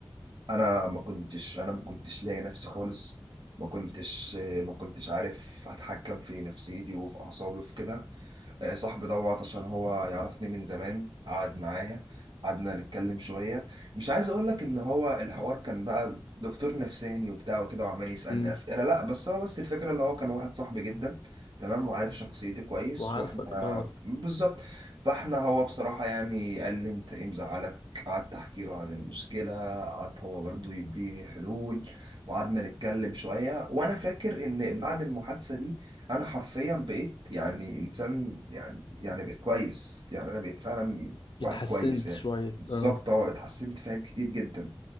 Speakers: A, on the right; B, on the left.
A: انا ما كنتش انا ما كنتش لاقي نفسي خالص ما كنتش آه، ما كنتش عارف اتحكم في نفسيتي وفي اعصابي وفي كده آه، صاحبي دوت عشان هو يعرفني من زمان قعد معايا قعدنا نتكلم شوية مش عايز اقول لك ان هو الحوار كان بقى دكتور نفساني وبتاع وكده وعمال يسألني
B: امم
A: أسئلة لا بس هو بس الفكرة اللي هو كان واحد صاحبي جدا تمام وعارف شخصيتي كويس
B: وعارفك
A: واحنا
B: اه
A: بالظبط فاحنا هو بصراحة يعني قال لي انت ايه مزعلك قعدت احكي له عن المشكلة قعد هو برضو يديني حلول وقعدنا نتكلم شوية وانا فاكر ان بعد المحادثة دي انا حرفيا بقيت يعني انسان يعني يعني بقيت كويس يعني انا بقيت فعلا واحد
B: اتحسنت
A: كويس يعني
B: شوية
A: بالظبط
B: اه
A: اه اتحسنت فاهم كتير جدا